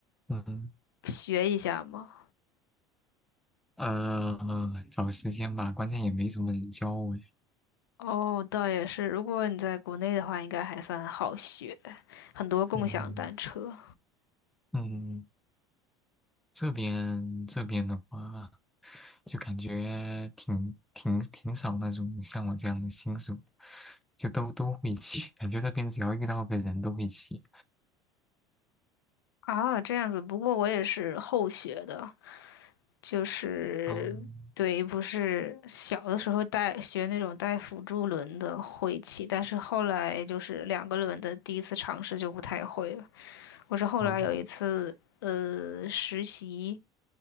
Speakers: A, in the centre; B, on the left (about 85°).
A: 嗯，
B: 学一下吗？
A: 呃，找时间吧，关键也没什么人教我呀
B: 哦，倒也是，如果你在国内的话，应该还算好学，很多共享单车
A: 嗯嗯，这边这边的话，就感觉挺挺挺少那种像我这样的新手，就都都会骑，感觉这边只要遇到个人都会骑。
B: 啊，这样子。不过我也是后学的，就是对，
A: 嗯，
B: 不是小的时候带学那种带辅助轮的会骑，但是后来就是两个轮的第一次尝试就不太会了。我是后来有一次呃实习。
A: 哦，